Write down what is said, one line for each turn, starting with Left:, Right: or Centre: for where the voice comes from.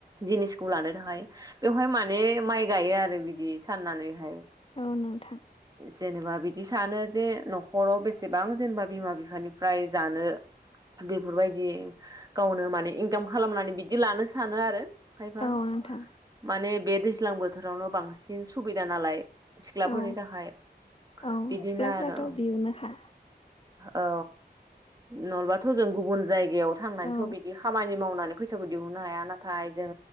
Right: जिनिसखौ लानो थाखाय बेवहाय माने माइ गायो आरो बिदि साननानैहाय।
Left: औ नोंथां
Right: जेनेबा बिदि सानो जे न'खराव बेसेबां जेनेबा बिमा बिफानिफ्राय जानो। बेफोरबायदि गावनो माने इनकाम खालामनानै बिदि लानो सानो आरो खायफा
Left: औ नोंथां
Right: माने बे दैज्लां बोथोरावनो बांसिन सुबिदा नालाय। सिख्लाफोरनि
Left: औ
Right: थाखाय
Left: औ
Right: बिदिनो
Left: सिख्लाफ्राथ'
Right: आरो
Left: बियावनोखा
Right: औ नलबाथ' जों गुबुन जायगायाव थांनानैथ'
Left: औ
Right: बिदि खामानि मावनानै फैसाखौ दिहुननो हाया नाथाय जों